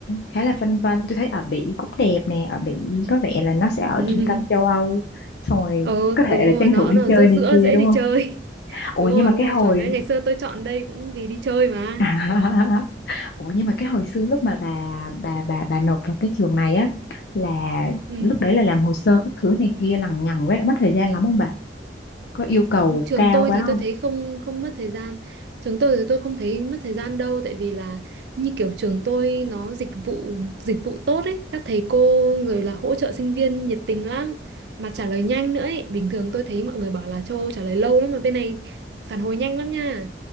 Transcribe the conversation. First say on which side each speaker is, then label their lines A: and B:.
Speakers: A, on the left; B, on the right.
A: khá là phân vân tôi thấy ở Bỉ cũng đẹp nè ở Bỉ có vẻ là nó sẽ ở
B: <laughs>
A: trung tâm châu Âu xong rồi
B: Ờ,
A: có thể
B: đúng rồi,
A: là tranh
B: nó
A: thủ đi
B: nó ở
A: chơi
B: giữa
A: này
B: giữa
A: kia
B: dễ
A: đúng
B: đi
A: không
B: chơi. <laughs>
A: ủa
B: Đúng rồi,
A: nhưng mà
B: đúng
A: cái
B: rồi,
A: hồi
B: chuẩn đấy. Ngày xưa tôi chọn đây cũng vì đi chơi mà.
A: <laughs> Ủa nhưng mà cái hồi xưa lúc mà bà bà bà bà nộp vào cái trường này á là
B: Ừ.
A: lúc đấy là làm hồ sơ các thứ này kia lằng nhằng với lại mất thời gian lắm không bà? Có yêu cầu
B: trường
A: cao
B: tôi
A: quá
B: thì tôi
A: không?
B: thấy không không mất thời gian trường tôi thì tôi không thấy mất thời gian đâu tại vì là như kiểu trường tôi nó dịch vụ dịch vụ tốt ấy các thầy cô rồi là hỗ trợ sinh viên nhiệt tình lắm mà trả lời nhanh nữa ấy bình thường tôi thấy mọi người bảo là châu Âu trả lời lâu lắm mà bên này phản hồi nhanh lắm nha